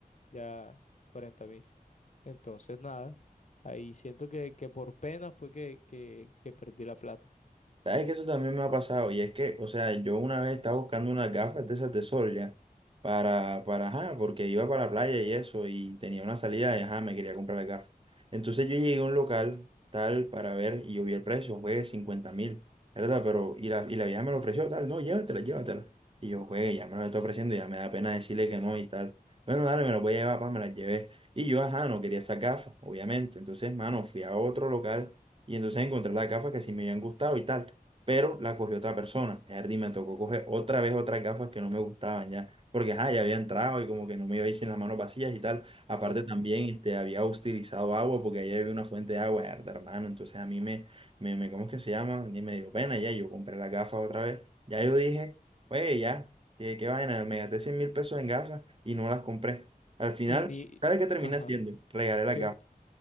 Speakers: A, on the left; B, on the right.
A: ya cuarenta mil. Entonces, nada, ahí siento que, que por pena fue que, que, que perdí la plata.
B: Sabes que eso también me ha pasado y es que, o sea, yo una vez estaba buscando unas gafas de esas de sol ya para, para, ajá, porque iba para la playa y eso y tenía una salida y ajá, me quería comprar las gafas. Entonces yo llegué a un local tal para ver y yo vi el precio, fue cincuenta mil, ¿verdad? Pero, y la, y la vieja me lo ofreció tal, no, llévatela, llévatela. Y yo, güey, ya me lo está ofreciendo, ya me da pena decirle que no y tal. Bueno, dale, me lo voy a llevar, pa, me las llevé. Y yo, ajá, no quería esas gafas, obviamente. Entonces, mano, fui a otro local y entonces encontré las gafas que sí me habían gustado y tal pero la cogió otra persona. Erdi me tocó coger otra vez otras gafas que no me gustaban ya, porque ajá, ya había entrado y como que no me iba a ir sin las manos vacías y tal. Aparte
A: Ah,
B: también este, había utilizado agua porque allá había una fuente de agua, erda, hermano, entonces a mí me, me, me, ¿cómo es que se llama? Y me dio pena ya, yo compré las gafas otra vez. Ya yo dije, oye, ya, qué, qué vaina, me gasté cien mil pesos en gafas y no las compré. Al final,
A: Y ni,
B: ¿sabes qué terminé
A: ajá,
B: haciendo? Regalé las
A: ¿qué?
B: gafas.